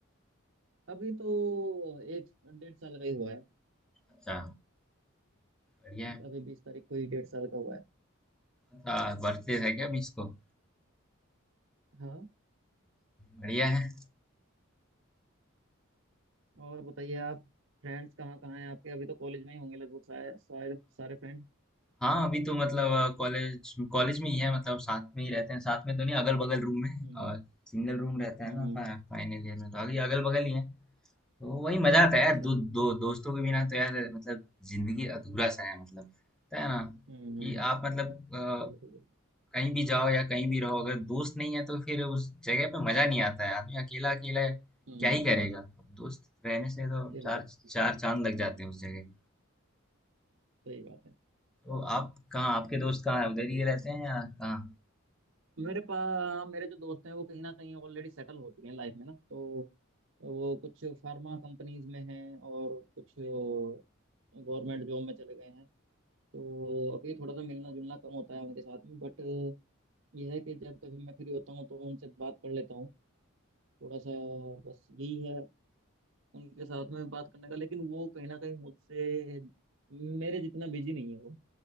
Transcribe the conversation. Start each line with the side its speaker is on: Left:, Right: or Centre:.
Right: अभी तो एक डेढ़ साल का ही हुआ है
Centre: अच्छा बढ़िया है
Right: अभी बीस तारीख को ही डेढ़ साल का हुआ है
Centre: अच्छा बर्थडे है क्या अभी इसको
Right: हाँ
Centre: बढ़िया है
Right: और बताइए आप फ्रेंड्स कहाँ कहाँ हैं आपके अभी तो कॉलेज में ही होंगे लगभग सारे सारे सारे फ्रेंड
Centre: हाँ अभी तो मतलब कॉलेज कॉलेज में ही है मतलब साथ में ही रहते हैं साथ में तो नहीं अगल बगल रूम है
Right: हम्म
Centre: और सिंगल रूम रहता
Right: हम्म
Centre: है ना फा, फाइनल ईयर में तो अभी अगल बगल ही है तो वही मजा आता
Right: अच्छा
Centre: है यार दो दो दोस्तों के बिना तो यार मतलब जिंदगी अधूरा सा है मतलब होता है ना
Right: हम्म
Centre: कि
Right: हम्म,
Centre: आप मतलब अ,
Right: बिल्कुल बिल्कुल
Centre: कहीं भी जाओ या कहीं भी रहो अगर दोस्त नहीं है तो फिर उस जगह पे मजा नहीं आता है आदमी अकेला अकेला है,
Right: हम्म
Centre: क्या ही करेगा दोस्त रहने से तो
Right: बिल्कुल
Centre: चार चार चांद लग जाते हैं उस जगह के।
Right: सही बात है
Centre: तो आप कहाँ आपके दोस्त कहाँ है उधर ही रहते हैं या कहाँ
Right: मेरे पास मेरे जो दोस्त हैं वो कहीं ना कहीं ऑलरेडी सेटल हो चुके हैं लाइफ में ना तो वो कुछ फार्मा कंपनीज में हैं और कुछ गवर्नमेंट जॉब में चले गए हैं तो अभी थोड़ा सा मिलना जुलना कम होता है उनके साथ में बट यह है कि जब कभी मैं फ्री होता हूँ तो उनसे बात कर लेता हूँ थोड़ा सा बस यही है उनके साथ में बात करने का लेकिन वो कहीं ना कहीं मुझसे मेरे जितना बिजी नहीं है वो